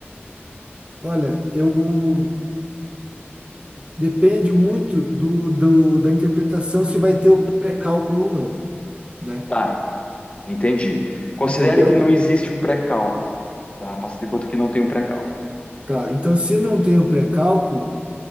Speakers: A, on the right; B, on the left.
A: Olha, eu depende muito do, do- da interpretação se vai ter o pré-cálculo ou não, né?
B: Tá, entendi. Considere
A: Entendeu?
B: que não existe um pré-cálculo, tá? Faça de conta que não tem um pré-cálculo.
A: Tá, então se não tem o pré-cálculo,